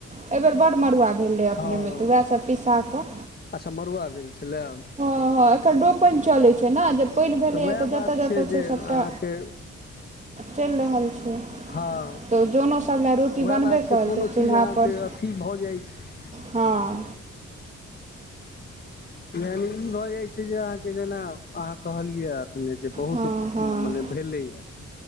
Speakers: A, on the right; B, on the left.
A: एहि बेेर बड मड़ुआ भेल रहै अपनेमे
B: हँ
A: तऽ उएहसभ पिसा कऽ
B: अच्छा मरुआ भेल छै लेब
A: हँ हँ एखन रोपेन चलै छै नऽ जे पानि भेलैए
B: वएह
A: तऽ
B: बात
A: जतऽ जतऽ
B: जे
A: छै सभटा
B: अहाँके
A: चलि रहल छै
B: हँ
A: तऽ जोनो सभ लए रोटी
B: वएह
A: बनबे
B: बात छै
A: करतै
B: कोनो चीज
A: चूल्हापर
B: अहाँके अथी भऽ जाइ छै
A: हँ
B: यानि ई भऽ जाइ छै जे अहाँके जेना अहाँ कहलियै ने जे बहुत
A: हँ हँ
B: मने भेलैया